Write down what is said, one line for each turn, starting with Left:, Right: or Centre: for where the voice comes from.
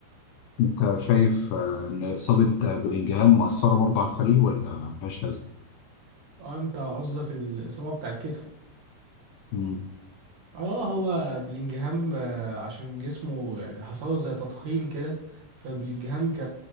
Left: انت شايف آه، ان اصابه آه، بلينجهام مأثره برضه على الفريق ولا ملهاش لازمه
Right: آه، انت قصدك الاصابه بتاعت كتفه
Left: مم،
Right: اه هو بلينجهام آه، عشان جسمه يعني حصله زي تضخيم كده فبلينجهام ك